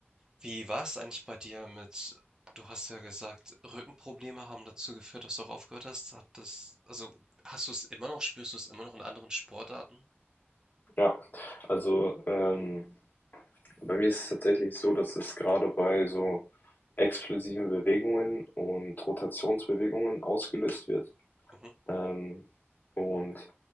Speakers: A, on the right; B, on the left.
A: Wie war es eigentlich bei dir mit, du hast ja gesagt, Rückenprobleme haben dazu geführt, dass du auch aufgehört hast. Hat das, also hast du es immer noch, spürst du es immer noch in anderen Sportarten?
B: Ja, also ähm, bei mir ist es tatsächlich so, dass es gerade bei so explosiven Bewegungen und Rotationsbewegungen ausgelöst wird.
A: Mhm.
B: Ähm, und